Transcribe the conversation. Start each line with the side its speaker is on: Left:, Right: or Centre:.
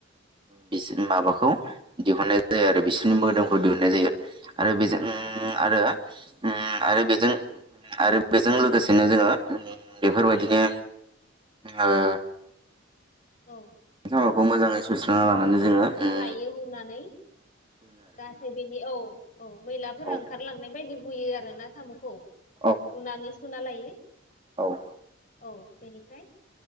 Right: बिसिनि माबाखौ दिहुननाय जायो आरो बिसोरनि मोदोमखौ दिहुननाय जायो। आरो बेजों
Left: औ नंगौ
Right: आरो होम आरो बेजों आरो बेजों लोगोसेनो जोङो होम बेफोरबायदिनो ओ
Left: औ
Right: मखौ मोजाङै सुस्रां लानांग मानो जोङो
Left: हुना
Right: ओ
Left: लायो हुनानै जाहाथे बेनि औ औ मैलाफोरा
Right: औ
Left: ओंखारलांनाय बायदि हुयो आरो ना सामखौ
Right: औ
Left: हुनानै सुना लायो
Right: औ
Left: औ बेनिफ्राय